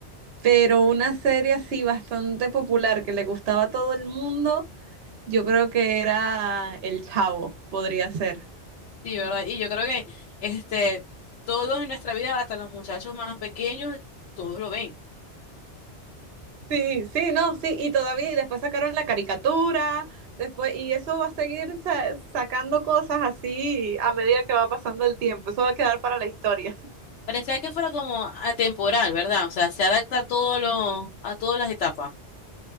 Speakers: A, on the right; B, on the left.
A: pero una serie así bastante popular que le gustaba a todo el mundo, yo creo que era El Chavo, podría ser.
B: Sí, ¿verdad? Y yo creo que este, todos en nuestra vida, hasta los muchachos más pequeños, todos lo ven.
A: Sí, sí, no, sí, y todavía, y después sacaron la caricatura, después, y eso va a seguir sa- sacando cosas así a medida que va pasando el tiempo, eso va a quedar para la historia. <laughs>
B: Parecía que fuera como atemporal, ¿verdad? O sea, se adapta a todo lo, a todas las etapas.